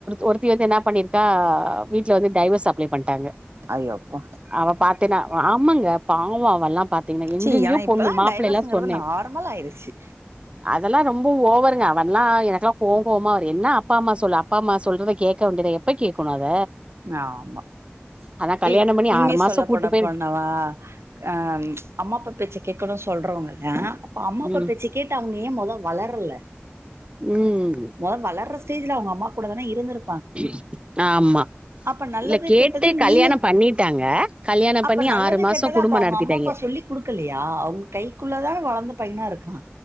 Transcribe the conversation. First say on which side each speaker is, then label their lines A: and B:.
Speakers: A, on the right; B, on the right.
A: ஒருத்தி வந்து என்ன பண்ணிருக்கா வீட்டுல வந்து டைவர்ஸ் அப்ளை பண்ட்டாங்க
B: ஐயோ அப்பா
A: அவ பாத்தேனா ஆமாங்க பாவோ அவெல்லா பாத்தீங்கன்னா
B: ச்சி
A: எங்கெங்கயோ
B: ஆனா இப்பல்லா
A: பொண்ணு மாப்பிள்ள
B: டைவர்ஸுங்கறது
A: எல்லா சொன்னே
B: நார்மல் ஆயிருச்சு
A: அதெல்லா ரொம்ப ஓவருங்க அவன்ல்லா எனக்குலா கோ கோவமா வரு என்ன அப்பா அம்மா சொல்லு அப்பா அம்மா சொல்றத கேக்க வேண்டியதா எப்ப கேக்கணு அத
B: ஆ ஆமா
A: ஆனா கல்யாணம்
B: எ
A: பண்ணி
B: உண்மைய
A: ஆறு மாசோ
B: சொல்லப்போன
A: கூட்டு போய்
B: போனவா ஆ அம்மாப்பா பேச்ச கேக்கணும்னு சொல்றவங்க ஏ அம்மாப்ப
A: ம்
B: பேச்சு கேட்டு அவங்க ஏ மொதோ வளரல
A: ம்
B: மொதோ வளர்ற ஸ்டேஜ்ல அவங்க அம்மா கூட தான இருந்துரு
A: உ ஆமா
B: அப்ப நல்லது
A: இல்ல கேட்டு
B: கெட்டதுன்னு
A: கல்யாணம்
B: நீங்க
A: பண்ணிட்டாங்க கல்யாணம்
B: அப்ப
A: பண்ணி
B: நல்லது
A: ஆறு மாசோ
B: கெட்டத
A: குடும்போ
B: அப்ப அவங்க
A: நடத்திட்டாய்ங்க
B: அம்மா அப்பா சொல்லி கொடுக்கலையா அவங்க கைக்குள்ள தா வளர்ந் து பையனா இருக்கா